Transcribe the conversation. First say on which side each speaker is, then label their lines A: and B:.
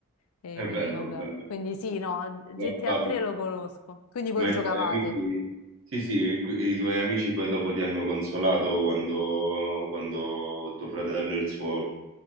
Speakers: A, on the left (about 75°); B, on the right (about 60°).
A: E
B: È
A: quindi
B: bello,
A: vabbè.
B: bello.
A: Quindi sì, no, GTA
B: Love topic.
A: 3 lo conosco. Quindi voi
B: Ma i
A: giocavate.
B: tuoi amici, sì, sì, e qui- e i tuoi amici poi dopo ti hanno consolato quando, quando tuo fratello e il suo